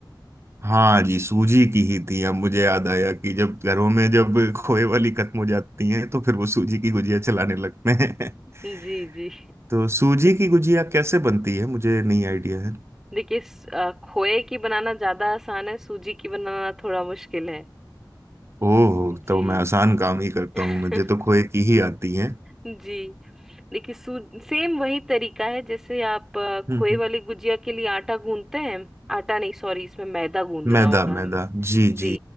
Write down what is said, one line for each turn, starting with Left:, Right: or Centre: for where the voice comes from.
Right: हाँ जी सूजी की ही थी अब मुझे याद आया कि जब घरों में जब खोए वाली खत्म हो जाती हैं तो फिर
Centre: <laughs>
Right: वो सूजी की गुजिया चलाने लगते हैं
Centre: जी जी
Right: <laughs> तो सूजी की गुजिया कैसे बनती है मुझे नहीं आइडिया है
Centre: देखिए स- अ, खोए की बनाना ज्यादा आसान है सूजी की बनाना थोड़ा मुश्किल है
Right: ओह
Centre: जी
Right: तो मैं आसान काम ही करता
Centre: <laughs>
Right: हूँ मुझे तो खोए की ही आती है
Centre: जी देखिए सू सेम वही तरीका है जैसे आप अ,
Right: हम्म
Centre: खोए
Right: हम्म।
Centre: वाली गुजिया के लिए आटा गूंदते हैं आटा नहीं सॉरी इसमें मैदा गूंदना
Right: मैदा
Centre: होगा हम
Right: मैदा जी
Centre: जी
Right: जी